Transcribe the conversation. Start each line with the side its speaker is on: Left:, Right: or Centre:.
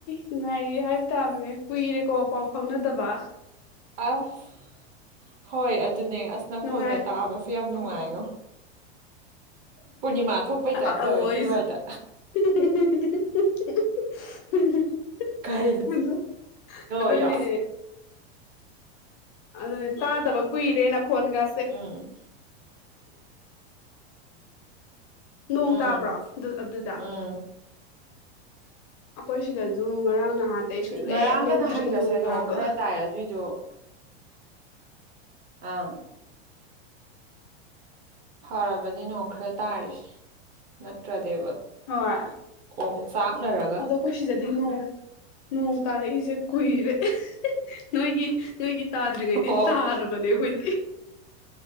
Left: ꯅꯨꯡꯉꯥꯏꯔꯤ ꯍꯥꯏꯕ ꯇꯥꯕꯅꯤ ꯀꯨꯏꯔꯦꯀꯣ ꯄꯥꯎ ꯐꯥꯎꯅꯗꯕ
Right: ꯑꯁ ꯍꯣꯏ ꯑꯗꯨꯅꯦ ꯑꯁ ꯅꯈꯣꯜꯒ
Left: ꯅꯨꯡꯉꯥꯏ
Right: ꯇꯥꯕꯁꯦ ꯌꯥꯝ ꯅꯨꯡꯉꯥꯏꯉꯣ
Left: ꯎꯝ
Right: ꯄꯨꯔꯅꯤꯃꯥ ꯊꯣꯛꯄꯩ ꯇꯥꯏꯞ
Left: ꯑꯧ
Right: ꯇꯧꯋꯦ
Left: ꯑꯩꯁꯨ
Right: ꯁꯤꯋꯥꯏꯗ
Left: <unintelligible> <unintelligible>
Right: ꯀꯩꯅꯣ
Left: ꯑꯗꯨꯅꯦ
Right: ꯌꯥꯝ
Left: ꯑꯗꯨꯅꯦ ꯇꯥꯗꯕ ꯀꯨꯏꯔꯦ ꯅꯈꯣꯟꯒ
Right: ꯎꯝ
Left: ꯅꯣꯡ
Right: ꯎꯝ
Left: ꯇꯥꯕ꯭ꯔꯣ ꯑꯗꯨ ꯑꯗꯨꯗ
Right: ꯎꯝ
Left: ꯑꯩꯈꯣꯏ ꯁꯤꯗꯁꯨ ꯉꯔꯥꯡ ꯅꯍꯥꯟꯗꯒꯤ ꯁꯨꯡꯂꯦꯞ
Right: ꯉꯔꯥꯡꯒ
Left: ꯂꯦꯞꯇ꯭ꯔꯤ
Right: ꯅꯍꯥꯟꯒꯁꯦ
Left: ꯅꯣꯡ ꯇꯥꯕ
Right: ꯈꯔ ꯇꯥꯏ ꯑꯗꯨꯏꯗꯣ ꯑꯪ ꯐꯔꯕꯅꯝ ꯅꯣꯡ ꯈꯔ ꯇꯥꯔꯤꯁꯦ ꯅꯠꯇ꯭ꯔꯗꯤꯕ
Left: ꯍꯣꯏ
Right: ꯑꯣꯝ ꯆꯥꯛꯅꯔꯒ
Left: ꯑꯗꯣ ꯑꯩꯈꯣꯏ ꯁꯤꯗꯗꯤ ꯅꯣꯡ ꯅꯣꯡ ꯇꯥꯔꯛꯏꯁꯦ ꯀꯨꯏꯔꯦ <unintelligible> ꯅꯣꯏꯒꯤ ꯅꯣꯏꯒꯤ ꯇꯥꯗ꯭ꯔꯤꯉꯩꯗꯒꯤ
Right: ꯑꯣ
Left: ꯇꯥꯔꯕꯅꯦ ꯑꯩꯈꯣꯏꯗꯤ